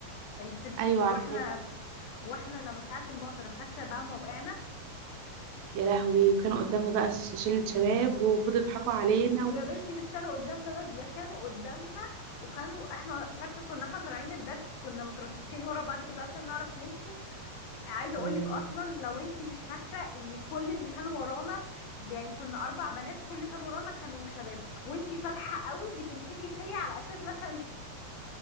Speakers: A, on the left; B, on the right.
A: اللي في ال...
B: ايوه
A: واحنا
B: عارفه
A: واحنا لما ساعه المطره فاكره بقى ما وقعنا
B: يا لهوي وكانوا قدامنا بقى ش- شلة شباب وفضلوا يضحكوا علينا
A: يا
B: و...
A: بنتي مش كانوا قدامنا بس ده كانوا قدامنا وكانوا احنا فاكره كنا احنا طالعين من الدرس كنا مترصصين ورا بعض كده عشان نعرف نمشي عايزه
B: مم.
A: اقول لك اصلا لو انتي مش فاكره ان كل اللي كانوا ورانا يعني كنا اربع بنات وكل اللي كانوا ورانا كانوا شباب وانتي فالحه قوي بتمسكي فيا على اساس مثلا